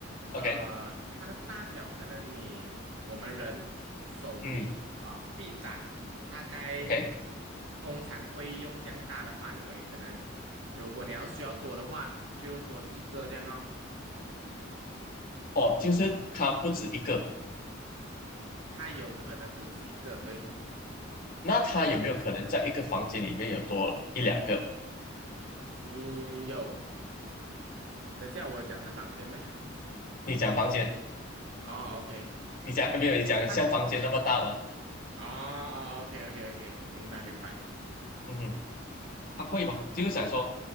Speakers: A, on the left; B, on the right.
A: ，OK，
B: 呃，它的大小可能你我们人手臂啊臂展大概
A: 嗯，OK，
B: 通常会用这样大的范围，可能如果你要需要多的话，就多几个这样哦。
A: 哦，就是它不止一个，
B: 它有可能不止一个，对，
A: 那它有没有可能在一个房间里面有多一两个？
B: 嗯，有。等下我讲是房间咩？
A: 你讲房间，
B: 哦，OK，
A: 你讲没有？你讲像房间那么大吗？
B: 它哦哦，OK OK OK，明白明白，
A: 嗯哼。他会吧？就是想说，